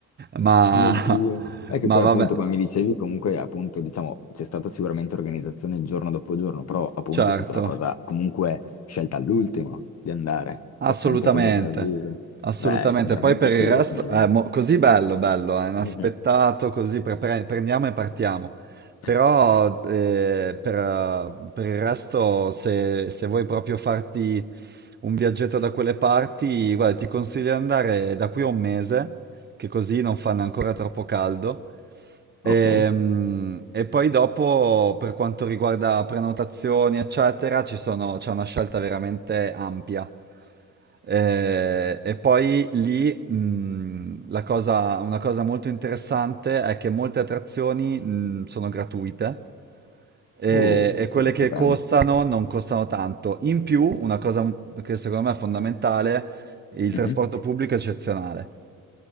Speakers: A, on the right; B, on the left.
A: ma,
B: Mio Dio. E
A: ma
B: che poi
A: vabbè,
B: appunto, come mi dicevi, comunque appunto, diciamo, c'è stata sicuramente organizzazione giorno dopo giorno, però appunto
A: certo.
B: è stata una cosa comunque scelta all'ultimo di andare, cioè
A: Assolutamente,
B: senza troppo preavviso.
A: assolutamente.
B: Beh, è veramente
A: Poi per
B: figo
A: il resto
B: come idea.
A: è così bello, bello, è inaspettato,
B: Mhm.
A: così pre- pre- prendiamo e partiamo. Però
B: <laughs>
A: eh, per, eh, per il resto, se, se vuoi proprio farti un viaggetto da quelle parti, guarda, ti consiglio di andare da qui a un mese, che così non fanno ancora troppo caldo,
B: Ok.
A: Ehm, E, poi dopo, per quanto riguarda prenotazioni, eccetera, ci sono- c'è una scelta veramente ampia. Eh, e poi lì, mh, la cosa- una cosa molto interessante è che molte attrazioni, mh, sono gratuite e,
B: Uh,
A: e quelle
B: questo è
A: che
B: stupendo.
A: costano non costano tanto. In più, una cosa che secondo me è fondamentale, il
B: Mhm.
A: trasporto pubblico è eccezionale.